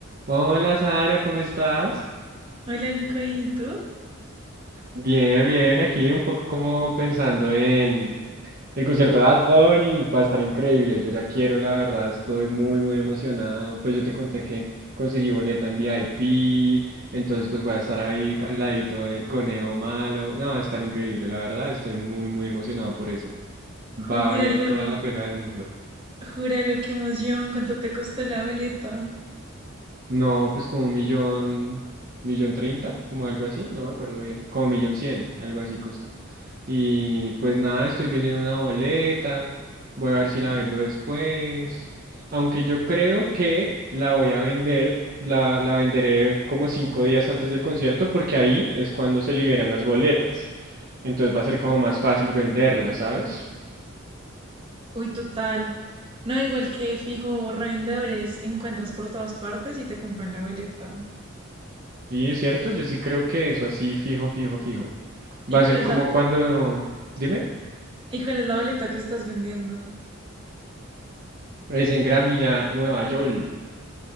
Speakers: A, on the right; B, on the right.
A: Hola Sara, ¿cómo estás?
B: Hola Nico, ¿y tú?
A: Bien, bien, aquí un poco como pensando en el concierto de Bad Bunny, va a estar increíble, yo ya quiero, la verdad, estoy muy, muy emocionado, pues yo te conté que conseguí boleta en VIP, entonces pues voy a estar ahí al ladito del conejo malo, no, va a estar increíble, la verdad, estoy muy, muy emocionado por eso, va
B: Júralo,
A: a valer toda la pena del mundo.
B: júralo, qué emoción, cuánto te costó la boleta.
A: No, pues como un millón, millón treinta, como algo así, no me acuerdo bien, como millón cien, algo así cuesta. Y pues nada, estoy vendiendo una boleta, voy a ver si la vendo después, aunque yo creo que la voy a vender, la, la venderé como cinco días antes del concierto porque ahí es cuando se liberan las boletas, entonces va a ser como más fácil venderlas, ¿sabes?
B: Uy, total. No, igual que fijo, revendedores encuentras por todas partes y te compran la boleta.
A: Sí, es cierto, yo sí creo que eso así fijo, fijo, fijo.
B: ¿Y
A: Va a
B: cuál
A: ser
B: es
A: como
B: la,
A: cuando, dime.
B: y cuál es la boleta que estás vendiendo?
A: Es en Gramilla, Nueva York.